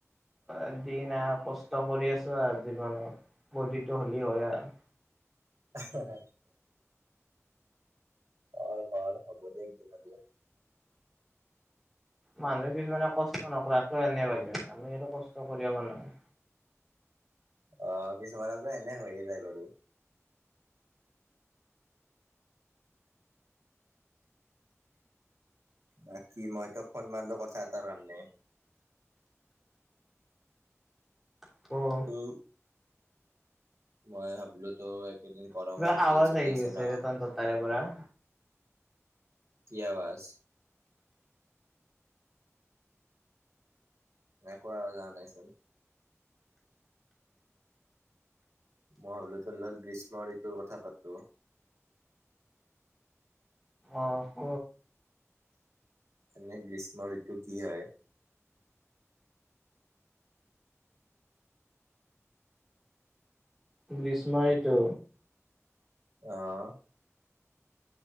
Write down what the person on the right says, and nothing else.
হা, হা। ক'ৰ, ক'ৰ, হ'ব দে একদিন হলি অ'।
অ', কিছুমানে তো এনে হৈয়ে যায় বাৰু। বাকী মই তোক ফোন মাৰলো কথা এটাৰ কাৰণে।
<unintelligible> মই ভাবলো তো এইকেইদিন গৰমৰ
দিন চলি
আছে ন।
কি আৱাজ? নাই কোৱা জানাই চোন। মই হলো তোৰ লগত গ্ৰীষ্ম ঋতুৰ কথা পাতো।
এনে গ্ৰীষ্ম ঋতু কি হয়?
অ'।